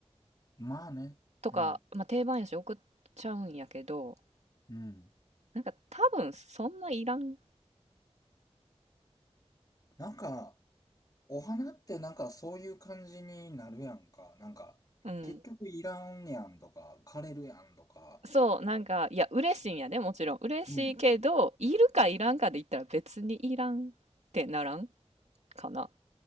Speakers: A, on the left (about 35°); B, on the right (about 85°).
A: まあね。
B: とか、
A: うん。
B: まあ、定番やし送っちゃうんやけど、
A: うん。
B: なんか多分そんないらん。
A: なんか、お花ってなんかそういう感じになるやんか。なんか、
B: うん。
A: 結局いらんやんとか、枯れるやんとか。
B: そう、なんか、いや、嬉しいんやね、もちろん。嬉しいけど、
A: うん。
B: いるかいらんかで言ったら別にいらんってならんかな。